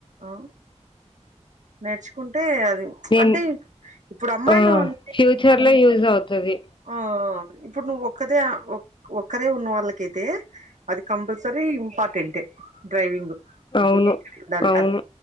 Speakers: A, on the right; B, on the left.
A: ఆ నేర్చుకుంటే అది
B: నేను
A: అంటే ఇప్పుడు అమ్మాయిలు
B: ఆ
A: ఉంటే
B: ఫ్యూచర్
A: అన్ని
B: లో యూజ్ అవుతుది
A: ఆ ఇప్పుడు నువ్ ఒక్కదే ఒక్కరే ఉన్న వాళ్ళకైతే అది కంపల్సరీ ఇంపార్టెంట్ డ్రైవింగ్.
B: అవును
A: ఉండాలి
B: అవును
A: అది